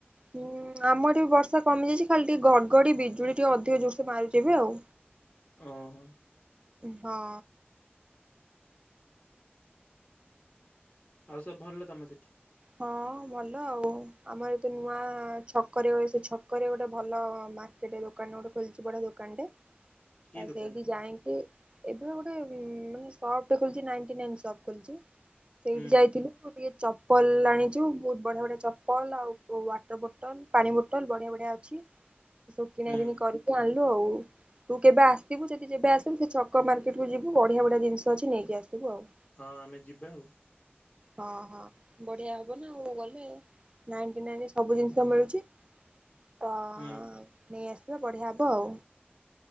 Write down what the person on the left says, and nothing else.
ଓହୋ
ଆଉ ସବୁ ଭଲ ତମ ସେଠି।
କି ଦୋକାନ
ହୁଁ
ହୁଁ
ହଁ ଆମେ ଯିବା ଆଉ।
ହୁଁ